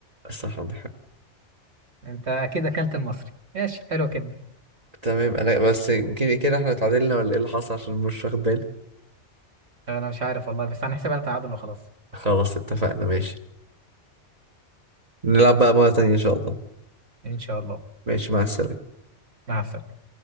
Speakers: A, on the right; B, on the right.
A: الصراحة ما بحبها
B: انت اكيد اكلت المصري ماشي حلو كده
A: تمام أنا بس يمكن كده احنا اتعادلنا ولا ايه اللي حصل عشان مش واخد بالي
B: انا مش عارف والله بس هنحسبها تعادل وخلاص
A: خلاص اتفقنا ماشي نلعب بقى مرة تانية إن شاء الله
B: ان شاء الله
A: ماشي مع السلامة
B: مع السلامة